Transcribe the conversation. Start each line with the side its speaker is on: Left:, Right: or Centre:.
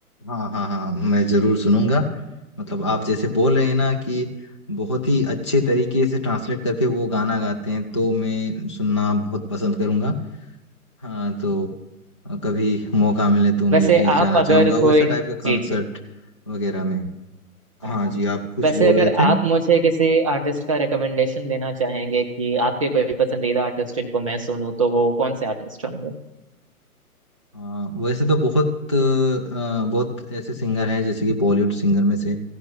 Left: हाँ हाँ हाँ मैं जरूर सुनूंगा मतलब आप जैसे बोल रहे हैं ना कि बहुत ही अच्छे तरीके से ट्रांसलेट करके वो गाना गाते हैं तो मैं सुनना बहुत पसंद करूंगा हाँ तो कभी मौका मिले तो मैं
Right: वैसे
Left: भी
Right: आप
Left: जाना
Right: अगर
Left: चाहूंगा
Right: कोई
Left: वैसा टाइप के कंसर्ट
Right: जी जी
Left: वगैरह में
Right: हाँ
Left: हाँ
Right: हाँ
Left: जी आप कुछ
Right: वैसे
Left: बोल
Right: अगर
Left: रहे थे
Right: आप मुझे किसी आर्टिस्ट का रिकमेंडेशन देना चाहेंगे कि आपके कोई पसंदीदा आर्टिस्ट जिनको मैं सुनूं तो वो कौन से आर्टिस्ट होंगे
Left: हाँ वैसे तो बहुत अ, बहुत ऐसे सिंगर हैं जैसे कि बॉलीवुड सिंगर में से